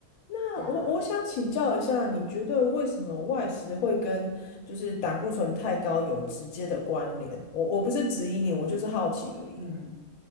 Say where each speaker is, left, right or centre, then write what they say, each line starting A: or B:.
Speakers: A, on the left; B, on the left.
A: 那我我想请教一下，
B: 对啊，
A: 你觉得为什么外食会跟就是胆固醇太高有直接的关联？我我不是质疑你，
B: 嗯
A: 我就是好奇而已。
B: 嗯。